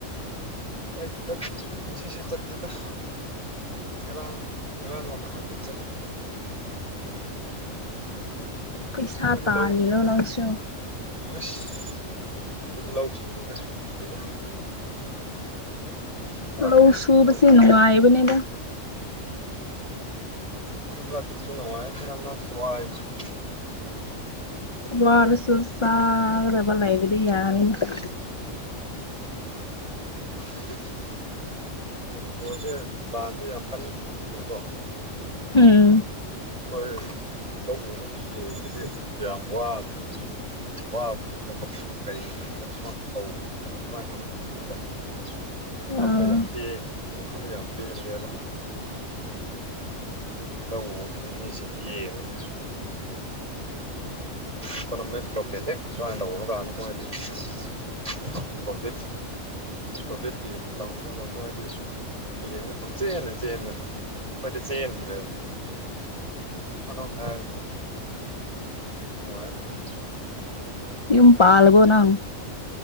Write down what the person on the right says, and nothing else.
ꯑꯩꯗꯤ ꯗꯠ ꯄꯨꯟꯁꯤꯁ° ꯆꯠꯇꯦꯗ ꯉꯔꯥꯡ ꯉꯔꯥꯡꯂꫭ ꯅꯍꯥꯟꯂꫭ ꯆꯠꯂꯦ
ꯑꯩꯈꫭꯏꯗꯤ
ꯂꯧꯏ
ꯍꯩꯏꯁ ꯂꯧ ꯁꯨꯗ ꯁꯨꯒꯤꯗ°ꯗ ꯃꯇꯝꯒꯤ
ꯂꯧ
ꯃꯔꯛ ꯃꯔꯛꯇꯁꯨ ꯅꯨꯡꯉꯥꯏ ꯃꯔꯛ ꯃꯔꯛꯁꯨ ꯋꯥꯏꯅ°
ꯎꯝ <unintelligible> ꯃꯅꯤꯄꯨꯔꯁꯦ ꯂꯥꯟꯁꯦ ꯌꯥꯝ ꯀꯟꯅ ꯉꯝꯃꯤꯅꯀꯣ
ꯍꯣꯏ ꯂꯧ ꯎꯕ ꯃꯤꯁꯤꯡꯁꯤꯗꯤ ꯀꯌꯥꯝ ꯋꯥꯒ꯭ꯔꯦꯕ <unintelligible> ꯋꯥꯈꯟꯗꯣ
ꯌꯥꯝ ꯄꯦꯟꯑꯦ ꯋꯥꯈꯟꯗꯣ ꯌꯥꯝ ꯄꯦꯟꯗꯦꯕ ꯂꯧ ꯎꯕ ꯃꯤꯁꯤꯡꯗꯤ ꯌꯦꯡꯎꯅ° ꯏꯀꯣꯅꯣꯃꯤꯛ ꯕ꯭ꯂꯣꯀꯦꯠ ꯍꯦꯛ ꯁꯨꯃꯥꯏꯅ ꯇꯧꯕ ꯀꯥꯟꯗ ꯃꯣꯏꯗꯤ ꯑꯁꯁ ꯀꯣꯚꯤꯠ ꯀꯣꯚꯤꯠꯀꯤ ꯃꯇꯝꯗꯨꯗ ꯃꯣꯏꯗꯤ ꯌꯦꯡꯉꯒ ꯄꯪꯆꯦꯟꯗ ꯆꯦꯟꯗꯅ ꯑꯩꯈꫭꯏꯗꯤ ꯆ°ꯟꯗ꯭ꯔ°ꯕ ꯑꯗꫭꯝꯗ ꯍꯥꯏꯔꯗꯤ <unintelligible>